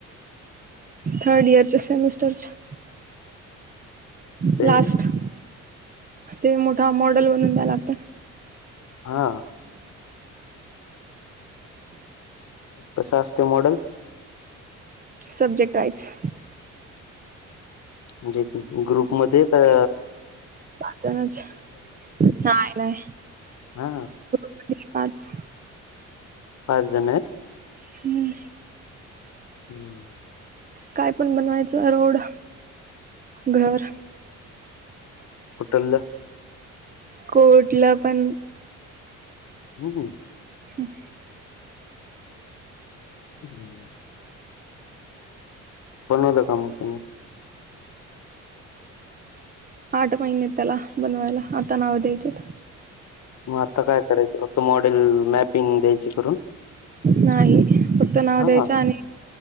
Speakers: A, on the right; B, on the left.
A: थर्ड इयरच्या सेमिस्टरच्या,
B: ते
A: लास्ट. ते मोठा मॉडेल बनून द्याव लागत.
B: हा. कस असतंय मॉडेल?
A: सब्जेक्ट आहेच.
B: म्हणजे ग्रुपमध्ये तर
A: <unintelligible> नाय, नाय.
B: हा.
A: <unintelligible> पाच.
B: पाच जण आहेत.
A: हम्म.
B: हम्म.
A: काय पण बनवायचं रोड, घर.
B: कुठलं?
A: कुठलं पण
B: हम्म.
A: हम्म.
B: हम्म. बनवलं का मग सगळं?
A: आठ महिने आहेत त्याला बनवायला आता नाव द्यायचेत.
B: मग आता काय करायचं फक्त मॉडेल मॅपिंग द्यायची करून?
A: नाही फक्त नाव
B: हा
A: द्यायचं आणि.